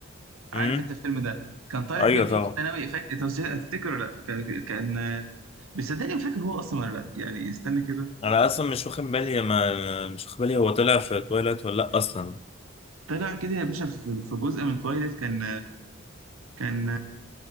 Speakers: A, on the right; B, on the left.
A: عارف
B: امم
A: انت الفيلم ده كان طالع
B: ايوه
A: فيه بدور
B: طبعا
A: ثانوي فاكر انت مش- هتفتكر ولا لا كان كان- بس صدقني ما فاكر هو اصلا ولا لا يعني استنى كده
B: انا اصلا مش واخد بالي ما مش واخد بالي هو طلع في تويلايت ولا لا اصلا
A: طلع كده يا باشا في في جزء من تويلت كان كان